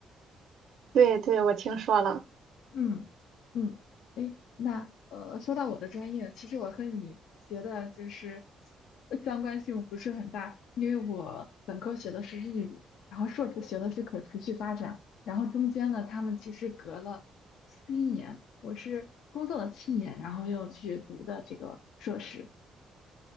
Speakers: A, on the right; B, on the left.
A: 对对，我听说了。
B: 嗯嗯，哎，那呃，说到我的专业，其实我和你学的就是呃相关性不是很大，因为我本科学的是日语，然后硕士学的是可持续发展，然后中间呢，他们其实隔了七年，我是工作了七年，然后又去读的这个硕士，